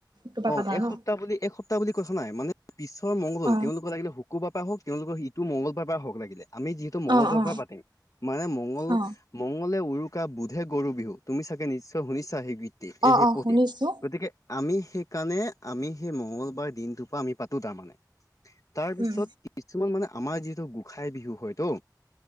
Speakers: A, on the right (about 85°); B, on the left (about 50°).
A: টোপা
B: অহ
A: পাতা
B: এসপ্তাহ
A: ন?
B: বুলি। বুলি কথা নাই মানে পিছৰ মঙল
A: অ
B: তেওঁলোক লাগিলে শুকো শুকুৰবাৰৰ পৰা হওক তেওঁলোকৰ ইটো মঙ্গলবাৰ পৰাই হওক লাগিলে আমি যিহেতু মঙলবাৰৰ
A: অ অ
B: পৰা পাতিম মানে মংগল
A: অ
B: মঙললে উৰুকা বুধে গৰু বিহু। তুমি চাগে নিশ্চয় শুনিছা সেই গীত
A: অ
B: এই সেই
A: অ
B: পঢ়িম
A: শুনিছো।
B: গতিকে। আমি সেইকাৰণে আমি সেই মঙ্গলবাৰ দিনটোৰ পৰা আমি পাতোঁ তাৰমানে। তাৰ পিছত
A: উম
B: কিছুমান মানে আমাৰ যিহেতু গোসাই বিহু হয়তো।